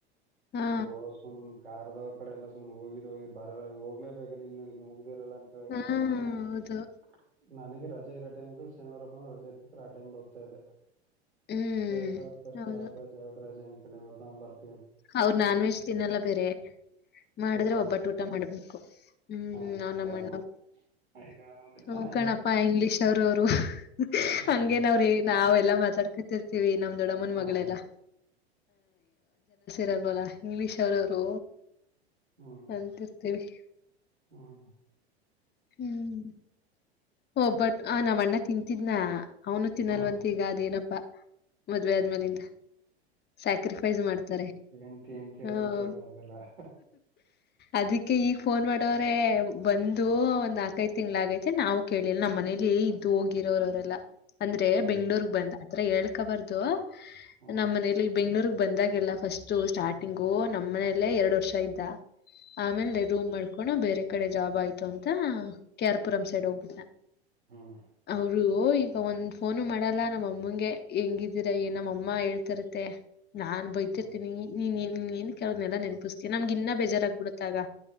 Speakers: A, on the left; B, on the right.
A: ಹಾ
B: ಸೊು <inaudible> ಕಾರ್ದವ್ರ ಕಡೆ ಎಲ್ಲ ಸು ಹೋಗಿದೋಗ ಬ ಹೋಗ್ಲೇಬೇಕಲ್ಲ ಇನ್ನು ಇನ್ನು ಹೋಗ <inaudible> ಿರಲ್ಲ ಅಂತ
A: ಹಾ
B: ಹೇಳಲ್ಲ
A: ಹೌದು
B: ಆೇ ನಗೆ <inaudible> ನನಗೆ ರಜ ಇೋ ಟೈಮ್ಗಳು ಶನಿವಾರಪ್ಪ ರಜ ಇರ್ತಾರೆ ಆಟೈಮ್ ಹೋಗ್ತಾ ಇದೆ
A: ಹ್ಮ್
B: ಕೇಳ್ಕಳ ಫಸ್ಟ್
A: ಹೌದು
B: ಯಾವತ್ ರಜೆ ಯಾವತ್ ರಜೆ ಅ ಕಡೆ ಹ ಬರ್ತಾರೆ
A: ಹ್ ನಾನ್ ವೆಜ್ ತಿನ್ನಲ್ಲ ಬೇರೆ ಮಾಡಿದ್ರೆ
B: ಯಾರು
A: ಒಬ್ಬಟ್ಟ ಊಟ ಮಾಡ್ಬೇಕು <inaudible> ಹ್ಮ್
B: ಹಾ
A: ನ ನಮ್ಮಣ್ಣರು
B: ಯಾರಮ್ಮ ಅಯ್ಯೋ
A: <inaudible>
B: ಅದು ಚೆನ್ನಾಗಿರಲ್ಲ
A: ಹೋಕಣಪ್ಪಾ ಇಂಗ್ಲಿೀಷ್ ಅವ್ರ ಅವರು
B: ಹ್ಮ್
A: ಹಂಗೇನ ಅವ್ರ ನಾವ <inaudible> ಾ ನ ದೊಡ್ಡ ಮಲ್ಲ
B: ಹ್ಮ್
A: <inaudible> ರಲ್ವಲ್ಲ ಇಂಗ್ಲಿೀಷ್ ಅವ್ರವರು
B: ಹ್ಮ್
A: ಅಂತಿರ್ತೇವಿ <inaudible>
B: ಹ್ಮ್
A: ಹ್ಮ್ ಹಓ ಬಟ್ ಆ ನಾವ್ ಅಣ್ಣ ತಿಂತಿದ್ನ <inaudible> ಅವನು ತಿನ್ನಲ್ವಂತ
B: ಹ್ಮ್
A: ಈಗ ಅದ್ೇಏನಪ್ಪಾ ಮದ್ವೆೆ ಆದ್ಮೇಾಲಿಂದ ಸ್ಯಾಕ್ರಿಫೈಸ್ ಮಾಡ್ತಾರೆ
B: ಎಂತ ಎಂತೇಳ್ದಂ
A: ಹ್ಮ್
B: ಕೇಳದದಲ್ಲ <inaudible>
A: ಅದಕ್ಕೆ ಈಗ ಫೋನ್ ಮಾಡವ್ರೆ ಬಂದು ಒಂದ್ ಹತ್ತು <inaudible> ೈ ತಿಂಗ್ಗಳಾಗೈತೆ ನಾವು ಕೇಳಿಲ್ಲ ನಮ್ಮ್ ಮನೇಲಿ ಇದ್ ಹೋಗಿರೋರವರೆಲ್ಲ ಅಂದ್ರೆ
B: ಹ್ಮ್
A: ಬೆಂಗ್ೂರ್ಗ್ ಬಂದ <inaudible> ಹತ್ರ ಹೇಳ್ಕಬಾರ್ದು
B: ಹ್ಮ್
A: ನಮ್ಮ್ ಮನಲಿ ಬೆಂಗ್ಳೂರ್ಗ್ ಬಂದಾಗಲ್ಲ ಫಸ್ಟ್ <inaudible> ಸ್ಟಾರ್ಟಿಂಗು ನಮ್ಮನೆಯಲ್ಲೇ ಎರಡು ವರ್ಷ ಇದ್ದ <inaudible> ಆಮೇಲ್ ರೂಮ್ ಮಾಡ್ಕೊಂಡ ಬೇರೆ ಕಡೆ ಜಾಬ್ ಆಯ್ತು ಅಂತ ಕಾರ್ಪುರಂ ಸೈಡ್ ಹೋಗ್ಬಿಟ್ಟ <inaudible>
B: ಹ್ಮ್
A: ಅವರು <inaudible> ಈಗ ಒಂದ್ ಫೋನು ಮಾಡಲ್ಲ ನಮ್ಮಮ್ಮಗೆ ಹೆಂಗಿದ್ದೀರ ನಮ್ಮ ಅಮ್ಮ ಹೇಳ್ತರತ್ತೆ <inaudible> ನಾನ್ ಬಯತಿರ್
B: ಹ್ಮ್
A: ನೀನ್ ನೀ ಏನ್ ಕೆಲವ್ೆಲ್ಲ ನೆನಪಿಸತೀಾ ನಮ್ಗೆ ಇನ್ನ ಬೇಜಾರಾಗಗ್ಬ ಬಿಡುತ್ತ ಆಾಗ